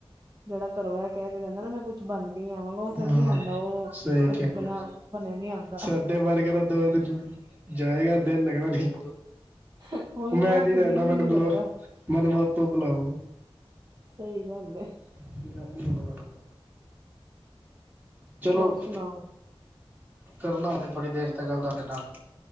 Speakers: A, on the right; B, on the right.
A: ਜਿਹੜਾ ਘਰੋਂ ਹੈ ਕਹਿ ਕੇ ਜਾਂਦਾ ਨਾ ਮੈਂ ਕੁਛ ਬਨ ਕੇ ਹੀ ਆਵਾਂਗਾ ਉਹ ਫਰ
B: ਹਾਂ
A: ਨੀ ਆਉਂਦਾ ਉਹ
B: ਸਹੀ
A: ਕੁੱਛ
B: ਕਿਹਾ
A: ਬਿਨਾਂ ਬਣੇ ਨੀ ਆਉਂਦਾ
B: ਸਾਡੇ ਮਰ ਗ ਤਾਂ ਦੋ ਦਿਨ ਜਾਏਗਾ ਦਿਲ ਲੱਗਣਾ ਨੀ
A: ਉਹੀ
B: ਮੈਂ
A: ਨਾ ਉੱਥੇ
B: ਨੀ ਰਹਿਣਾ
A: ਦਿਲ ਵੀ
B: ਮੈਨੂੰ
A: ਨੀ ਲੱਗਦਾ
B: ਬੁਲਾ ਮੈਨੂੰ <unintelligible> ਬੁਲਾਓ।
A: ਸਹੀ ਗੱਲ ਹੈਏ
B: <inaudible> ਚਲੋ
A: ਹੋਰ ਸੁਣਾਓ
B: ਕਰਨਾ ਹੇ ਥੋੜ੍ਹੀ ਦੇਰ ਤ ਗੱਲ ਤੁਹਾਡੇ ਨਾਲ